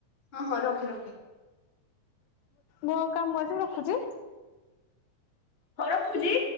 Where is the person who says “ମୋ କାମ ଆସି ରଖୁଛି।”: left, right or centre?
Left